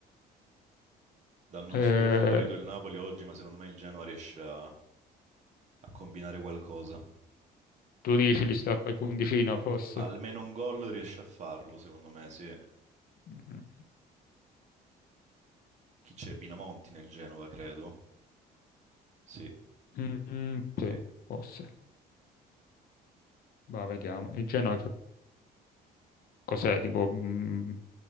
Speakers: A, on the right; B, on the left.
A: danno
B: Eh,
A: super favorito il Napoli oggi, ma secondo me il Genoa riesce a, a combinare qualcosa.
B: tu dici li strappa il punticino, forse?
A: Almeno un gol riesce a farlo, secondo me, sì.
B: Mm,
A: Chi c'è? Pinamonti nel Genova, credo. Sì,
B: mm, mm, sì,
A: sì.
B: forse. Va, vediamo. Il Genoa che cos'è? Tipo mm,